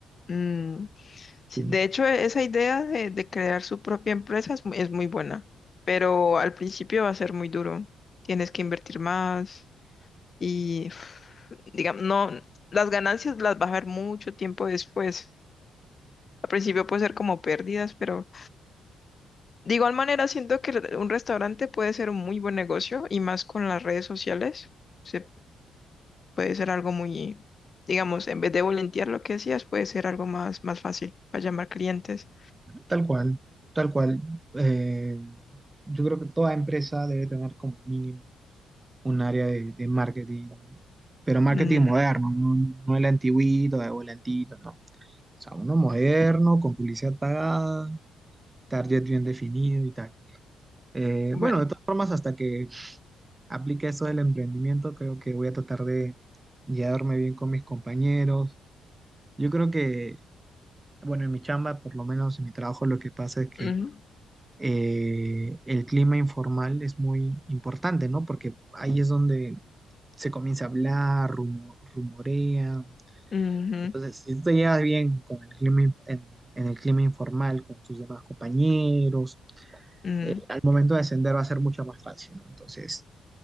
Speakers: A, on the left; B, on the right.
A: mm. Sí,
B: Ujú.
A: De hecho, e- esa idea de, de crear su propia empresa es, mu- es muy buena, pero al principio va a ser muy duro. Tienes que invertir más y, <sighs> digamos, no, las ganancias las vas a ver mucho tiempo después. Al principio puede ser como pérdidas, pero de igual manera siento que re- un restaurante puede ser un muy buen negocio y más con las redes sociales. Se puede ser algo muy, digamos,
B: Ujú.
A: en vez de volantear lo que decías, puede ser algo más, más fácil para llamar clientes.
B: Tal cual, tal cual. Eh, yo creo que toda empresa debe tener como mínimo un área de, de marketing, pero marketing
A: Mm,
B: moderno, no, no el antiguito o el antiguito, no. O sea, uno moderno, con publicidad pagada, target bien definido y tal. Eh,
A: bueno.
B: bueno, de todas formas, hasta que aplique eso del emprendimiento, creo que voy a tratar de llevarme bien con mis compañeros. Yo creo que, bueno, en mi chamba, por lo menos en mi trabajo, lo que pasa es que
A: ujú.
B: eh, el clima informal es muy importante, ¿no? Porque ahí es donde se comienza a hablar, rumo- rumorea.
A: Ujú,
B: Entonces, si tú te llevas bien con el clima, in- en, en el clima informal, con tus demás compañeros,
A: mm,
B: eh, al momento de ascender va a ser mucho más fácil, ¿no? Entonces,